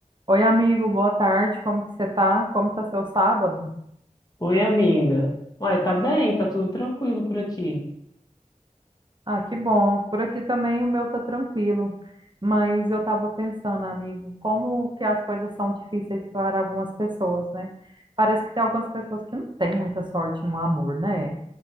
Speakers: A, on the right; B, on the left.
A: Oi, amigo, boa tarde. Como que você tá? Como tá seu sábado?
B: Oi, amiga. Uai, tá bem, tá tudo tranquilo por aqui.
A: Ah, que bom. Por aqui também o meu tá tranquilo. Mas eu tava pensando, amigo, como que as coisas são difíceis para algumas pessoas, né? Parece que tem algumas pessoas que não têm muita sorte no amor, né?